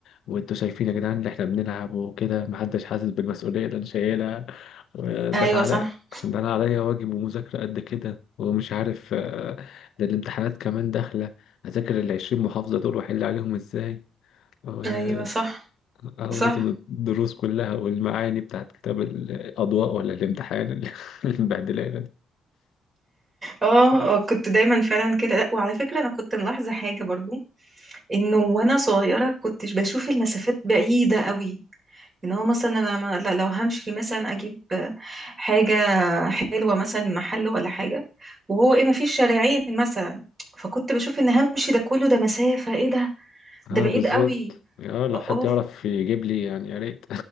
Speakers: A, on the left; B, on the right.
A: وانتوا شايفين يا جدعان اللي احنا بنلعب وكده محدش حاسس بالمسؤوليه اللي انا شايلها آه، ده
B: ايوه
A: العلق
B: صح
A: ده انا عليا واجب ومذاكرة قد كده ومش عارف آه، ده الامتحانات كمان داخلة اذاكر العشرين محافظة دول واحل عليهم ازاي و- آه،
B: ايوه صح
A: او
B: صح
A: لازم الدروس كلها والمعاني بتاعت كتاب الاضواء ولا الامتحان اللي <laughs> مبهدلانة دي
B: اه
A: اه
B: آه، كنت دايما فعلا كده لا وعلى فكرة انا كنت ملاحظة حاجة برضو انه وانا صغيرة كنتش بشوف المسافات بعيدة قوي ان هو مثلا انا ما لا لو همشي مثلا اجيب حاجة حلوة مثلا من محل ولا حاجة وهو ايه ما فيش شارعين مثلا فكنت بشوف ان همشي ده كله ده مسافة ايه ده ده
A: آه،
B: بعيد
A: بالظبط
B: قوي
A: اه لو
B: اوف
A: حد يعرف يجيب لي يعني يا ريت